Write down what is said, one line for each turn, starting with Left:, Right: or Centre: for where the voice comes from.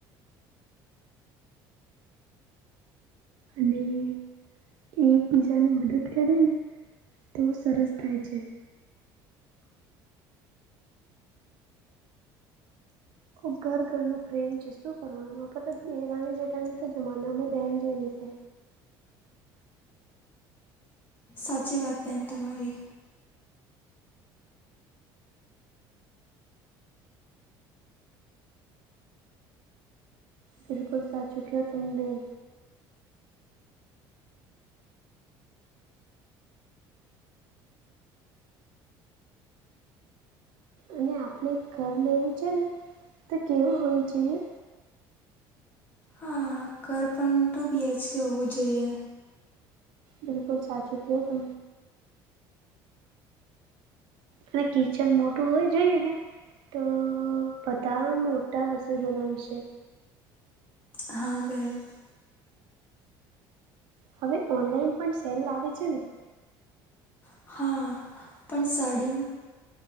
Right: અને, એકબીજાને મદદ કરીને તો સરસ થાય છે, ખબ ઘર ઘરનું પ્રેમ છે, શું કરવાનું દેરાની જેઠાની તો જમાના અમે બહેન જેવી છે.
Left: સાચી વાત બેહેન તમારી.
Right: બિલકુલ સાચું ક્યો તમે બોલ. અને આપણે ઘર લેવું છે, ને તો કેવું હોવી જોઈએ.
Left: હા ઘર પણ ટુ બીએચકે હોવું જોઈએ.
Right: બિલકુલ સાચુ કયો તો, અને કિચન મોટું હોય જોઈએને, તો બધા મોટા રસોઈ બનાવીશે.
Left: હા, બેન.
Right: હવે ઓનલાઈન પણ સેલ આવેે છે, ને
Left: હા, પણ સાડીમાં.